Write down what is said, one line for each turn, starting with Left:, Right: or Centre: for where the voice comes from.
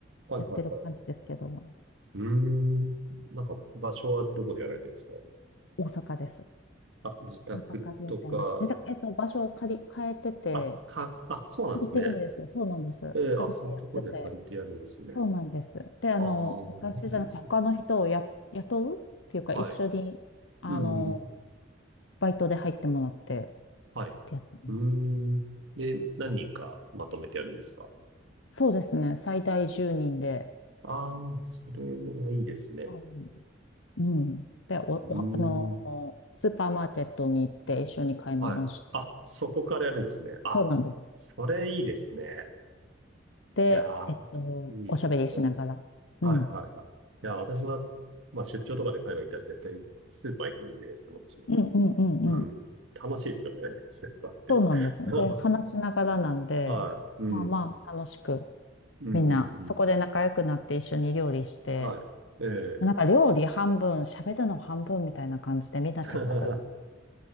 Right: はい、
Left: やってる感じですけども、
Right: はい。うーん。なんか、場所はどこでやられてるんですか
Left: 大阪です。
Right: あ、自宅とか、
Left: 大阪でやってます。自宅、えっと、場所を借り、変えてて、
Right: あ、か、あ、そうなんですね。
Left: 借りてるんですよ。そうなんです。
Right: えー、
Left: 借りてやってて。
Right: あ、そういうとこで借りてやるんですね。
Left: そうなんです。で、あの、
Right: ああ、
Left: 私じゃなくて他の人をや、
Right: なんかいいですね。
Left: 雇うっていうか、
Right: はい。
Left: 一緒に、あの、
Right: うん、うん
Left: バイトで入ってもらってっ
Right: はい。
Left: てやってます。
Right: うーん。で、何人かまとめてやるんですか
Left: そうですね。最大10人で。
Right: ああー、それはいいですね。
Left: うん。うんで、お、お、
Right: うーん。
Left: あの、スーパーマーケットに行って一緒に買い物し、
Right: はい。あ、そこからやるんですね。あ、
Left: そうなんです。
Right: それいいですね。
Left: で、
Right: いやー、
Left: えっと、
Right: いいですよ、
Left: おしゃべりしながら。
Right: それ。はい、
Left: うん。
Right: はい、はい。いや、私は、まあ、出張とかで海外行ったら絶対スーパー行くんで、そのうちの
Left: うんうんうんうん。
Right: うん。楽しいですよね、ステッパーって。
Left: そうなんです。
Right: <laughs>
Left: で、話しながらなんで、
Right: はい。うん。
Left: まあまあ、楽しく、
Right: うん、
Left: みんな、
Right: うん、
Left: そこで仲良くなって一緒に料理して、
Right: うん。はい。ええ
Left: なんか料理半分、喋るの半分みたいな感じで、みんな結構、
Right: <laughs>